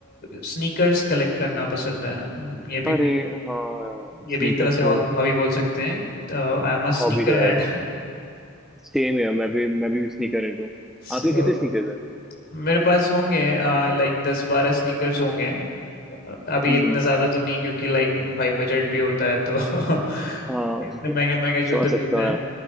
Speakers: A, on the left; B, in the centre.
A: स्नीकर्स कलेक्ट करना पसंद है ये भी
B: अरे
A: मेरी-
B: हाँ
A: ये
B: स्नीकर्स
A: भी एक तरह से हॉबी
B: तो
A: बोल सकते हैं I am a sneaker
B: हॉबी तो
A: head
B: है वो सेम है मैं भी मैं भी स्नीकर हूँ
A: सो
B: आपके कितने स्नीकर्स
A: <laughs>
B: हैं
A: मेरे पास होंगे लाइक दस बारह स्नीकर्स होंगे अ, अभी
B: हम्म
A: इतने
B: हम्म।
A: ज़्यादा तो नहीं क्योंकि लाइक भाई बजट भी होता है तो <laughs>
B: हाँ
A: इतने
B: <laughs>
A: महंगे महंगे जूते
B: समझ सकता
A: मिलते